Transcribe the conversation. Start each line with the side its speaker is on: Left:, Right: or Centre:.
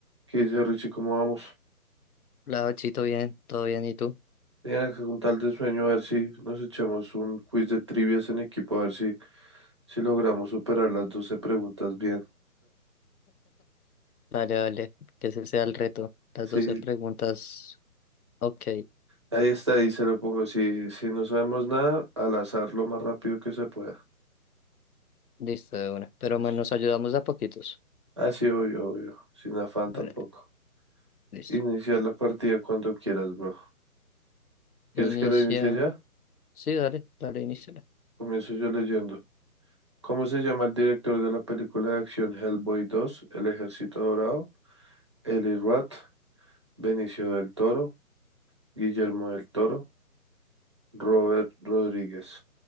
Right: ¿Qué dice Richie? ¿Cómo vamos?
Left: La Ochito, bien, todo bien, ¿y tú?
Right: Bien, acá con tal de sueño, a ver si nos echamos un quiz de trivias en equipo, a ver si, si logramos superar las doce preguntas bien.
Left: Vale, vale, que ese sea el reto. Las
Right: Sí,
Left: doce preguntas, ok,
Right: ahí está, ahí se lo pongo. Si, si no sabemos nada, al azar lo más rápido que se pueda.
Left: listo de una. Pero
Right: Listo.
Left: bueno, nos ayudamos de a poquitos.
Right: Ah, sí, obvio, obvio. Sin afán
Left: Vale,
Right: tampoco.
Left: listo.
Right: Iniciar la partida cuando quieras, bro. ¿Quieres
Left: Inicia,
Right: que la inicie ya?
Left: sí, dale, dale, inicia.
Right: Comienzo yo leyendo. ¿Cómo se llama el director de la película de acción Hellboy 2, El Ejército Dorado? Eli Roth, Benicio del Toro, Guillermo del Toro, Robert Rodríguez.